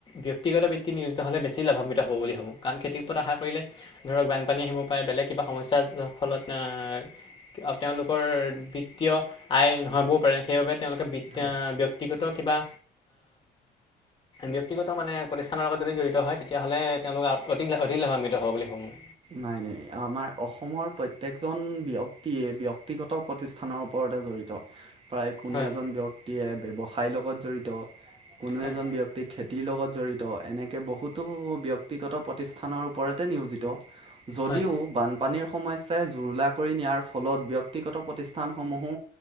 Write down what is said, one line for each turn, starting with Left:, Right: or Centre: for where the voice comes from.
Left: ব্যক্তিগত বৃত্ত নিয়োজিত হ'লে বেছি লাভান্বিত' বুলি ভাবোঁ কাৰণ খেতিৰ উপৰত আশা কৰিলে আৰু বানপানী আহিব পাৰে বেলেগ কিবা কিবা সমস্যা ফলত আহ। তেওঁলোকৰ বিত্তীয় আয় নহবও পাৰে সেইবাবে তেওঁলোকে বি
Right: হয়
Left: ব্যক্তিগত বা ব্যক্তিগত মানে প্ৰতিষ্ঠানৰ লগত যদি জড়িত হয় তেতিয়াহ'লে তেওঁলোক অধিক অধিক লাভান্বিত হ'ব বুলি ভাবো
Right: নাই নাই আমাৰ অসমৰ প্ৰত্যেকজন ব্যক্তিয়ে ব্যক্তিগত প্ৰতিষ্ঠানৰ ওপৰত লগ জড়িত প্ৰায় কোনো
Left: হয়
Right: এজন ব্যক্তিয়ে ব্যৱসায়ৰ লগত জড়িত কোনো
Left: হয়
Right: এজন ব্যক্তিক খেতিৰ লগত জড়িত এনেকৈ বহুতো ব্যক্তিগত প্ৰতিষ্ঠানৰ ওপৰতে নিয়োজিত। যদিও
Left: হয়
Right: বানপানীৰ সমস্যা। জুৰুলা কৰি নিয়াৰ ফলত ব্যক্তিগত প্ৰতিষ্ঠান সমূহো